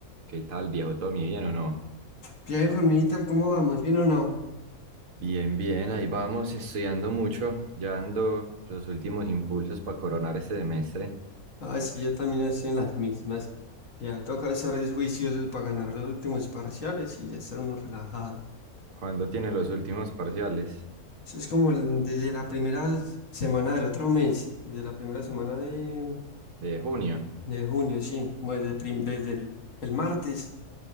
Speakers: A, on the right (about 65°); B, on the left (about 60°).
A: ¿Qué tal, viejo Tommy? ¿Bien o no?
B: Diego, hermanita, ¿cómo vamos? ¿Bien o no?
A: Bien, bien, ahí vamos, estudiando mucho, ya dando los últimos impulsos para coronar este semestre.
B: Ah, sí, yo también estoy en las mismas. Ya toca estar es juiciosos para ganar los últimos parciales y ya estar uno relajado.
A: ¿Cuándo tiene los últimos parciales?
B: Eso es como el- desde la primera semana del otro mes, desde la primera semana de,
A: ¿De junio?
B: de junio, sí, como desde, prim- desde el, el martes